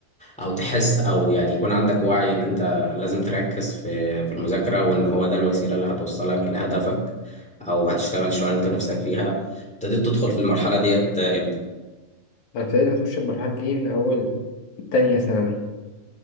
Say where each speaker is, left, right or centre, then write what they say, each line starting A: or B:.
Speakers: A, in the centre; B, on the left.
A: أو تحس أو يعني يكون عندك وعي إن أنت لازم تركز في في المذاكرة وإن هو ده الوسيلة اللي هتوصلك لهدفك او هتشتغل شغلانه انت نفسك فيها ابتديت تدخل في المرحله ديت امتى
B: أنا ابتديت أخش المرحلة دي من أول تانية ثانوي